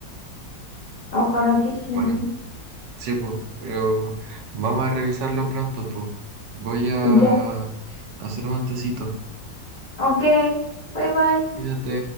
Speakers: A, on the left; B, on the right.
A: ojalá que sí.
B: bueno Sí, po, pero vamos a revisarlo pronto, po, Voy a
A: Ya.
B: hacer un montecito.
A: Ok, bye bye.
B: Cuídate.